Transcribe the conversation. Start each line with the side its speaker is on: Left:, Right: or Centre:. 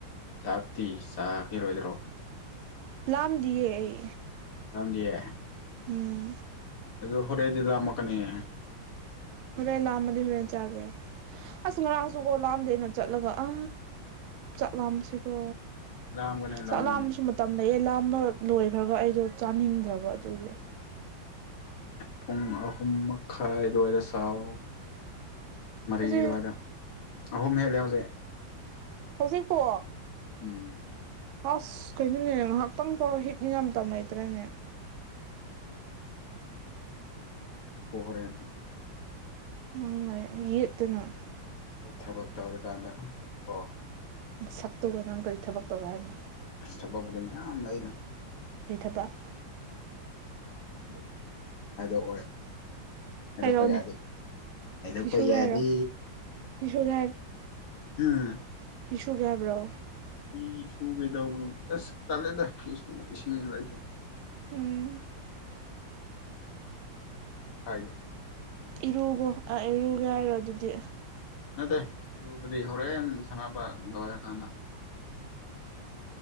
Left: ꯆꯥꯛꯇꯤ ꯆꯥꯈꯤꯔꯣꯏꯗ꯭ꯔꯣ
Right: ꯂꯥꯝꯗꯤꯌꯦ ꯑꯩ
Left: ꯂꯥꯝꯗꯤꯌꯦ
Right: ꯎꯝ
Left: ꯑꯗꯣ ꯍꯣꯔꯦꯟꯗꯤ ꯂꯥꯝꯃꯛꯀꯅꯤꯌꯦ
Right: ꯍꯣꯔꯦꯟ ꯂꯥꯝꯃꯗꯤ ꯍꯣꯔꯦꯟ ꯆꯥꯒꯦ ꯑꯁ ꯉꯔꯥꯡꯁꯨꯀꯣ ꯂꯥꯝꯗꯦꯅ ꯆꯠꯂꯒ ꯑ ꯆꯥꯛ ꯂꯥꯝꯕꯁꯤꯀꯣ
Left: ꯂꯥꯝꯒꯅꯤ
Right: ꯆꯥꯛ
Left: ꯂꯥꯝꯒꯅꯤ
Right: ꯂꯥꯝꯕꯁꯨ ꯃꯇꯝ ꯂꯩꯌꯦ ꯂꯥꯝ ꯕꯛ ꯂꯣꯏꯈ꯭ꯔꯒ ꯑꯩꯗꯣ ꯆꯥꯅꯤꯡꯗ꯭ꯔꯕ ꯑꯗꯨꯒꯤ
Left: ꯄꯨꯡ ꯑꯍꯨꯝ ꯃꯈꯥꯏ ꯑꯗꯨꯋꯥꯏꯗ ꯆꯥꯎ ꯃꯔꯤ
Right: ꯍꯧꯖꯤꯛ
Left: ꯑꯗꯨꯋꯥꯏꯗ ꯑꯍꯨꯝ ꯍꯦꯜꯂꯦ ꯍꯧꯖꯤꯛ
Right: ꯍꯧꯖꯤꯛ ꯄꯣ
Left: ꯎꯝ
Right: ꯑꯁ ꯀꯩꯅꯣꯅꯦ ꯉꯍꯥꯛꯇꯪꯐꯥꯎ ꯍꯤꯞꯅꯤꯉꯥꯏ ꯃꯇꯝ ꯂꯩꯇ꯭ꯔꯦꯅꯦ
Left: ꯎꯝ ꯉꯥꯏꯍꯥꯛ ꯍꯤꯞꯄꯣ ꯍꯣꯔꯦꯟ
Right: ꯎꯝ ꯌꯦꯠꯇꯅ
Left: ꯑꯩ ꯊꯕꯛ ꯇꯧꯔꯀꯥꯟꯗ ꯀꯣ
Right: ꯅꯁꯛꯇꯨꯒ ꯅꯪ ꯀꯔꯤ ꯊꯕꯛ ꯇꯧꯒꯦ ꯍꯥꯏꯕꯅꯣ
Left: ꯑꯁ ꯊꯕꯛꯄꯨꯗꯤ ꯃꯌꯥꯝ ꯂꯩꯗ
Right: ꯀꯩ ꯊꯕꯛ
Left: ꯈꯪꯗꯦ ꯍꯥꯏꯗꯣꯛꯑꯣꯏ ꯍꯥꯏꯗꯣꯛꯄ
Right: ꯍꯥꯏꯔꯛꯑꯣꯅꯦ
Left: ꯌꯥꯗꯦ ꯍꯥꯏꯗꯣꯛꯄ
Right: ꯐꯤ ꯁꯨꯒꯦ
Left: ꯌꯥꯗꯦ
Right: ꯍꯥꯏꯔꯣ ꯐꯤ ꯁꯨꯒꯦ
Left: ꯑꯨꯝ
Right: ꯐꯤꯁꯨꯒꯦ ꯍꯥꯏꯕ꯭ꯔꯣ
Left: ꯐꯤ ꯁꯨꯒꯦ ꯇꯧꯕ ꯑꯁ ꯇꯜꯂꯦꯗ ꯐꯤ ꯁꯨꯕ ꯏꯁꯤꯡꯖꯨ ꯂꯩꯇꯦ
Right: ꯎꯝ
Left: ꯍꯥꯏ
Right: ꯏꯔꯨꯒꯣ ꯑꯥ ꯏꯔꯨꯒꯦ ꯍꯥꯏꯔꯣ ꯑꯗꯨꯗꯤ
Left: ꯅꯠꯇꯦ ꯏꯔꯨꯕꯗꯤ ꯍꯣꯔꯦꯟ ꯁꯥꯟꯅꯕ ꯂꯣꯏꯔꯀꯥꯟꯗ